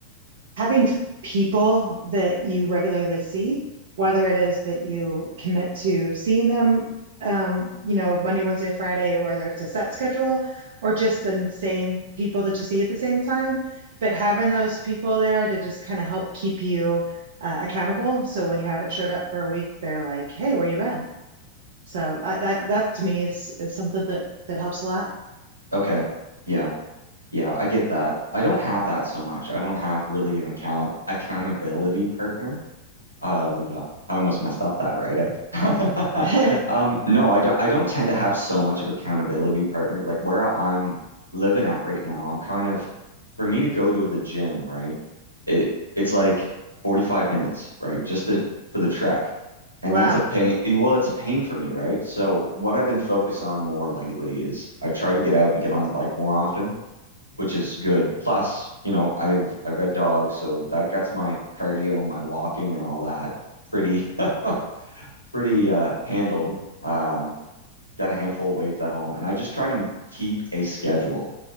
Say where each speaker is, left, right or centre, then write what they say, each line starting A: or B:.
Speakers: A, on the right; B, on the right.
A: having people that you regularly see, whether it is that you commit to seeing them, um, you know, Monday, Wednesday, Friday, whether it's a set schedule or just the same people that you see at the same time. But having those people there to just kind of help keep you uh, accountable. So when you haven't showed up for a week, they're like, "Hey, where you been?" So I, that that to me is is something that that helps a lot.
B: Okay. Yeah. Yeah, I get that. I don't have that so much. I don't have really an account accountability partner. Uh, I almost messed up that, right? Eh?
A: <laughs>
B: <laughs> Um, no, I don't. I don't tend to have so much of accountability partner. Like where I'm living at right now, I'm kind of for me to go to the gym, right? It it's like 45 minutes, right? Just to for the trek, and
A: Wow.
B: that's a pain. Well, it's a pain for me, right? So what I've been focused on more lately is I try to get out and get on the bike more often which is good. Plus, you know, I've I've got dogs, so that gets my cardio, my walking and all that pretty <laughs> pretty uh handled. Um, got a handful of weights at home and I just try to keep a schedule